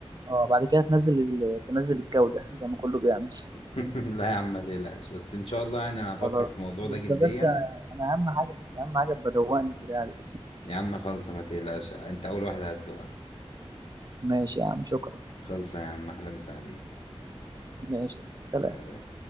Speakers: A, on the right; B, on the left.
A: اه بعد كده تنزل ال... تنزل الجودة <laughs> زي ما كله بيعمل
B: <laughs> لا يا عم ما تقلقش بس ان شاء الله يعني
A: <laughs>
B: انا هفكر
A: خلاص
B: في الموضوع
A: يبقى
B: ده جديا
A: بس انا اهم حاجة بس اهم حاجة بدوقني البتاع دي
B: يا عم خلص ما تقلقش انت اول واحده هتدوقها
A: <laughs> ماشي يا عم شكرا
B: خلص يا عم احلى مسا عليه
A: ماشي سلام
B: سلام